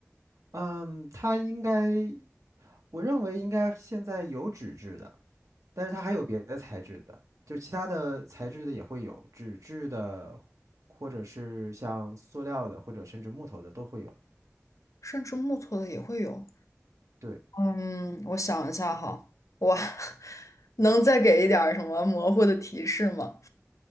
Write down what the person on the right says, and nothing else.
嗯，它应该，我认为应该现在有纸质的，但是它还有别的材质的，就其他的材质的也会有，纸质的，或者是像塑料的，或者甚至木头的都会有。
对，